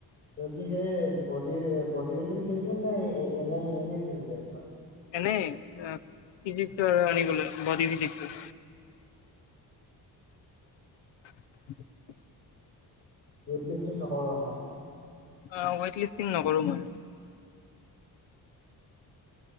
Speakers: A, on the left (about 20°); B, on the left (about 85°).
A: যদি সেই, বডি- বডি বিল্ডিং খেলিবি নে', এনেই এনেইে চাব আহিছ?
B: এনেই। ফিজিকটো আৰু আনিবলৈ, বডি ফিজিকটো। <unintelligible>
A: ৱেইত লিফিং নকৰ ন
B: অ ৱেইটলিফ্টিং নকৰো মই